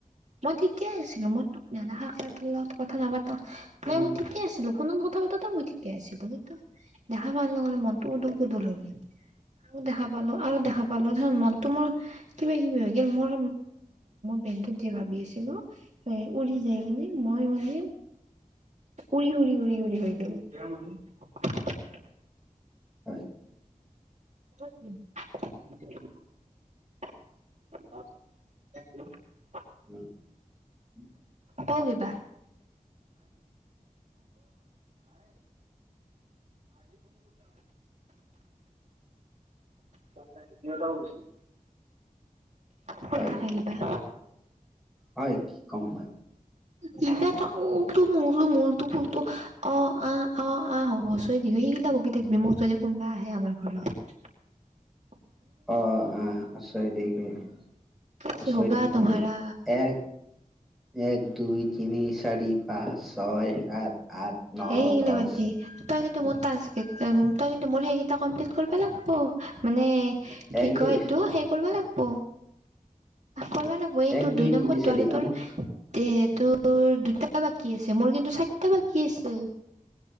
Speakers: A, on the right; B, in the centre.
A: মই ঠিকেই আছিলো মই তোক নেদেখাকে তো লগত কথা নাপা প্ৰায়
B: উম
A: মই ঠিকে আছিলো ফোনত কথা পাতোতেও মই ঠিকে আছিলো। দেখা পোৱাৰ লগে লগে মনটো উদুৰ-পুদুৰ হৈ গল আৰু দেখা পালো আৰু দেখা পালো ধ মনতটো মোৰ কিবা কিবি হৈ গ'ল মোৰ ব্ৰেণ টো যে ভাবি আছিলো এ উৰি যাই কিনে মই মানে উৰি-উৰি-উৰি-উৰি হৈ গল।
B: হয়
A: <inaudible>
B: উম-উম।
A: ক কিবা? তাতে ডি টি ও তাও গিছিল। কৈ
B: হয়
A: থাকে কিবা ।
B: হয় কি কম মই।
A: কিবাটো উলটো মুলু মলটো পুলটো অ-অ-অ-অ হৰচৈ দিৰঘৈ সেইগিলা বকি থাকবি মোক যদি কোনোবা আহে আমাৰ ঘৰত ।
B: অ-আ হৰচৈ দিৰঘৈ হৰচৈ
A: কি হোগা
B: দিৰঘৈ
A: তুমাৰা
B: ঋ এ এক দুই তিনি চাৰি পাঁচ ছয় সাত। আঠ ন
A: এ হেগিলা
B: দহ
A: বাত দি, তই মোৰ তাস্ত উম তাইটো মোৰ সেইকেইটা কমপ্লিট কৰিবা লাগবো মানে কি
B: এক
A: কয়
B: দুই
A: ইটো সেই কৰবা লাগ প কৰবা লাগব এইটো
B: এক
A: দুই নম্বৰটো
B: তিনি চাৰি
A: আৰু তোৰ
B: আমাক
A: দেত তোৰ দুটা বাকী আছে । মোৰ কিন্তু চাইতা বাজ চেই